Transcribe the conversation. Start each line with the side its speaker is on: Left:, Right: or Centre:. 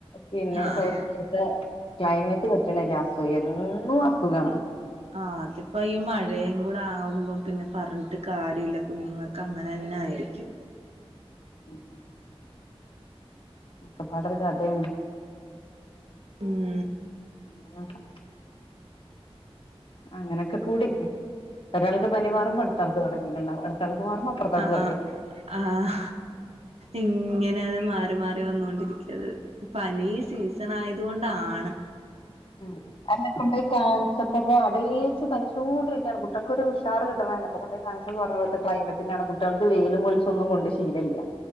Left: പിന്നെ
Right: ആഹ്
Left: <unintelligible>
Right: ആഹ്
Left: ക്ലൈമറ്റ് പറ്റ്ണില്ല്യ എന്നും അസുഖാണ്
Right: ആഹ് അതിപ്പോ ഈ മഴയും കൂടെ ആവുമ്പോ പിന്നെ പറഞ്ഞിട്ട് കാര്യല്ല്യ. കുഞ്ഞുങ്ങൾക്ക് അങ്ങനെ തന്നെ ആയിരിക്കും
Left: ഉം ഉം ഒക്കെപാടൊരു കഥെണ്.
Right: ഉം
Left: <unintelligible> അങ്ങനെക്കെ കൂടി ഒരാൾക്ക് പനി മാറുമ്പോ അട്ത്താൾക്ക് തൊടങ്ങീട്ട്ണ്ടാവും അടുത്താൾക്ക് മാറുമ്പോ പ്പ അതു
Right: ആഹ്
Left: അറിയില്ല.
Right: ആഹ് ആഹ് ഇങ്ങനെ അത് മാറി മാറി വന്നൊണ്ടിരിക്കത് പനീ സീസ ത്തിനായതോണ്ടാണ്
Left: ഉം അയെന്നെ കൊണ്ടെയ് കാണിച്ചപ്പ പ്പോ അടീച്ച് പനിചൊണ്ടിര്ക്കാണ് കുട്ട്യൾക്കൊരു ഉഷാർ കിട്ട്ണ്ന്ന അപ്പൊകൊണ്ടൊയ് കാൺച <unintelligible> പർഞ്ഞേ ട്ടെ ക്ലൈമറ്റിൻ്റാണ് കുട്ട്യൾക് വെയിലും വെളിച്ചൊന്നും കൊണ്ട് ശീലല്ല്യ